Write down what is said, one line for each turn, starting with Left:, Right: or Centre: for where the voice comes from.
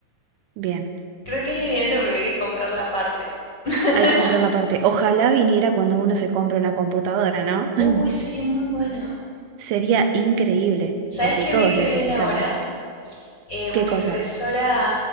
Right: Bien,
Left: creo que es evidente porque hay que comprar la parte. <laughs>
Right: hay que comprar la parte. Ojalá viniera cuando uno se compra una computadora, ¿no? <laughs>
Left: Uy, sería muy bueno.
Right: Sería increíble,
Left: ¿Sabes
Right: porque
Left: qué
Right: todos
Left: vi que
Right: necesitamos.
Left: viene ahora? Eh, una
Right: ¿Qué cosa?
Left: impresora